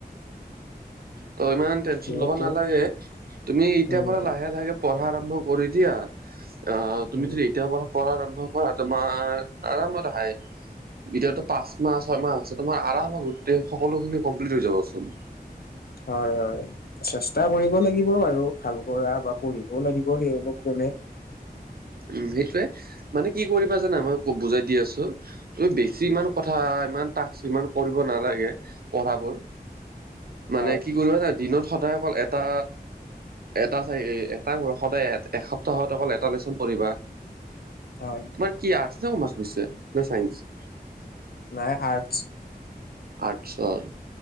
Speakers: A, on the right (about 65°); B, on the left (about 65°).
A: ত' ইমান টেনচন
B: যিহেতু
A: লব নালাগে তুমি এতিয়াৰ
B: উম
A: পৰা লাহে লাহে পঢ়া আৰম্ভ কৰি দিয়া আহ তুমি
B: উম
A: যদি এতিয়া পৰা পঢ়া আৰম্ভ কৰা তোমাৰ আৰামত আহে এতিয়াটো পাঁচ মাহ ছয় মাহ আছে তোমাৰ আৰামত গোটেই সকলোখিনি কমপ্লিট হৈ যাবচোন।
B: হয়, হয়, চেষ্টা কৰিব লাগিব বাৰু ভাল কৰা বা পঢ়িবও লাগিব। পঢ়ি অলপ কেনে
A: উম, সেইটোয়ে মানে কি কৰিবা জানা মই বুজাই দি আছো তুমি বেছি
B: উম
A: ইমান কথা কথা ইমান টাস্ক ইমান কৰিব নালাগে পঢ়াবোৰ মানে
B: হয়
A: কি কৰিবা জানা দিনত সদায় অকল এটা এটা এটা সদায় এসপ্তাহত অকল এটা লেচন পঢ়িবা
B: হয়।
A: তোমাৰ কি আৰ্টচ নে কমাৰ্চছে নে চাইন্স?
B: নাই আৰ্টছ।
A: আৰ্টছৰ